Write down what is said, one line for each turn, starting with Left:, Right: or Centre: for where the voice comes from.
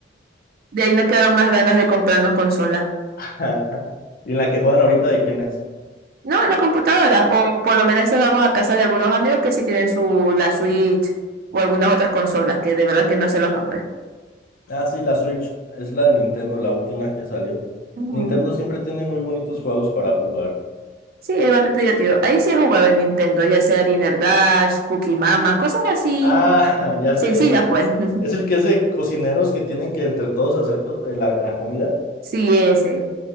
Right: de ahí no quedaron más ganas de comprarnos consolas.
Left: <laughs> ¿Y en la que juegan ahorita de quién es?
Right: No, en la computadora. O por lo menos a vamos a casa de algunos amigos que sí tienen su la Switch o algunas otras consolas que de verdad que no sé los nombres.
Left: Ah, sí, la Switch es la de Nintendo, la última que salió.
Right: Ujú.
Left: Nintendo siempre tiene muy bonitos juegos para jugar.
Right: Sí, es bastante divertido. Ahí sí he jugado en Nintendo, ya sea Dinner Dash, Cookie Mama, cosas así
Left: Ah, <laughs> ya
Right: sencillas,
Left: sé. en-
Right: pues. <laughs>
Left: Es el que es de cocineros que tienen que entre todos hacer co- eh, la, la comida.
Right: Sí, ese.